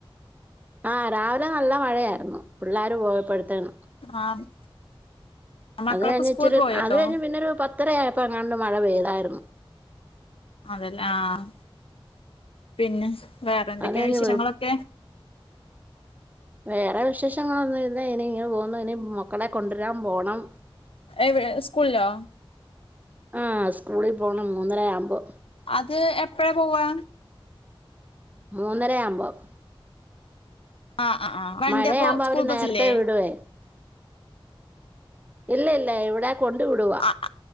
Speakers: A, on the right; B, on the left.
A: ആഹ് രാവിലെ നല്ല മഴയാ പിള്ളാര് പോയപ്പേഴ്ത്തിനും
B: ആഹ് മക്കളൊക്കെ
A: അത് കഴിഞ്ഞ്ച്ചിരു
B: സ്കൂളിൽ പോയോ
A: അത് കഴിഞ്ഞ് പിന്നൊരു പത്തരയപ്പോങ്ങാണ്ട് മഴ പെയ്താരുന്നു
B: അതെല്ലേ ആഹ് പിന്നെ വേറെന്തൊക്കെയാ
A: അത് കഴിഞ്ഞ്
B: വിശേയങ്ങളൊക്കെ?
A: വേറെ വിശേഷങ്ങളൊന്നും ഇല്ല ഇനി ഇങ്ങനെ പോന്നു ഇനി മക്കളെ കൊണ്ടരാൻ പോണം
B: എവി സ്കൂളിലോ
A: ആഹ് സ്കൂളി പോണം മൂന്നര ആമ്പോ
B: അത് എപ്പഴാ പോവാ
A: മൂന്നര ആവുമ്പം
B: ആഹ് അ ആഹ് വണ്ട്യപ്പോ
A: മഴയാകുമ്പോ
B: സ്കൂൾ
A: അവര്
B: ബസ്സില്ലേ
A: നേരത്തെ വിടുവേ ഇല്ലയില്ല ഇവിടെ കൊണ്ട് വിടുവാ
B: ആഹ്അ